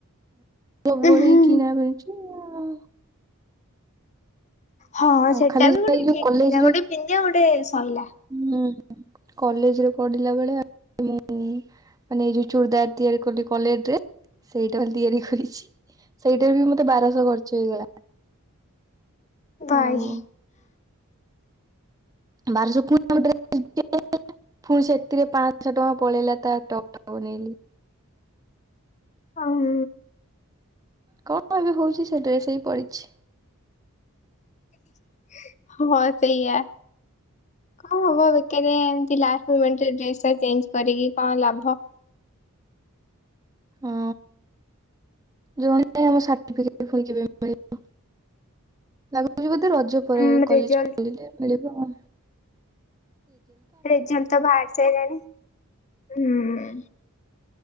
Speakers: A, on the right; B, on the left.
A: ସବୁବେଳେ
B: ହୁଁ।
A: ଏଇ କିଣା ମିଳୁଚି। ହଁ।
B: ହଁ
A: ଆଉ
B: ସେଟା
A: ଖାଲି
B: ବି ଗୋଟେ
A: ଯାଇ ଯୋଉ
B: ଠିକ୍
A: କଲେଜରେ
B: ଥିଲା ଗୋଟେ ପିନ୍ଧିବା ଗୋଟେ ସରଲା।
A: ହୁଁ କଲେଜରେ ପଢ଼ିଲା ବେଳେ ମୁଁ ମାନେ ଏଇ ଯୋଉ ଚୁଡ଼ଦାର ତିଆରି କଲି କଲେ ଡ୍ରେ ସେଇଟା ତିଆରି କରିଚି ସେଇଟା ବି ମତେ ବାର ଖର୍ଚ୍ଚ ହେଇଗଲା।
B: ଗାଇଁ
A: ଆଉ ବାରଶକୁ <inaudible> <inaudible> ଫୁଣି ସେତିରେ ପାଁ ଶ ଟଆଁ ପଳେଇଲା ତା ଟପ୍ ଟା ବନେଇଲିି।
B: ଆ ମୁଁ
A: କ ଏବେ ହୋଉଚି ସେ ଡ୍ରେସ ବି ପଡି଼ଚି।
B: <inaudible> ହଁ ସେଇଆ କଁ ହବ ବେକରିଆ ଏମତି ଲାଷ୍ଟ ମୋମେଣ୍ଟ ଡ୍ରେସ୍ ଟା ଚେଞ୍ଜ କରିକି କଁ ଲାଭ।
A: ହଁ ଜଣା ନାହିଁ ଆମ ସାଠିପିକେଟ୍ ଫୁଣି କେବେ ମିଳିବ ଲାଗୁଚି ବୋ ତ ରଜ ପରେ
B: ହୁଁ ରେଜଲ୍ଟ
A: କଲେଜ ଖୋଲିଲେ ମିଳି ର ଆ
B: ରଜଲ୍ ତ ଭାରି ସାଇଲାଣି ଉଁ।